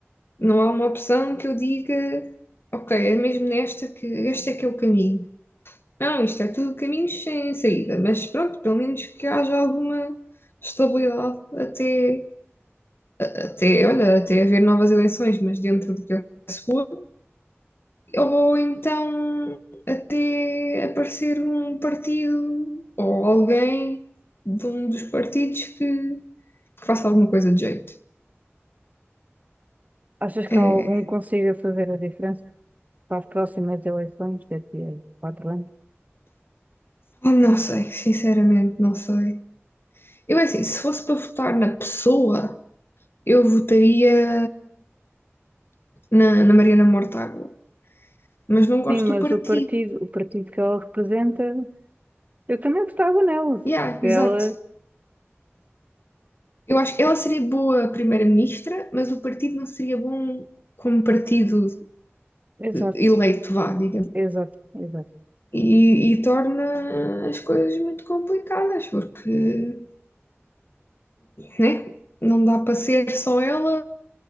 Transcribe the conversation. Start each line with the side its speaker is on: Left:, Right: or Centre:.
Left: Não há uma opção que eu diga, ok, é mesmo nesta que este é que é o caminho. Não, isto é tudo caminhos sem saída, mas pronto, pelo menos que haja alguma estabilidade até, até, olha, até haver novas eleições, mas dentro do que é seguro ou então até aparecer um partido ou alguém de um dos partidos que, que faça alguma coisa de jeito.
Right: Achas que
Left: É,
Right: há algum que consiga fazer a diferença para as próximas eleições daqui a quatro anos?
Left: não sei, sinceramente, não sei. Eu, é assim, se fosse para votar na pessoa, eu votaria na, na Mariana Mortágua, mas não gosto
Right: Sim, mas
Left: do partido.
Right: o partido, o partido que ela representa, eu também gostava nela.
Left: Yeah,
Right: Ela,
Left: exato. Eu acho que ela seria boa primeira-ministra, mas o partido não seria bom como partido
Right: exato,
Left: eleito, vá, digamos.
Right: exato, exato.
Left: e, e torna as coisas muito complicadas, porque, né, não dá para ser só ela,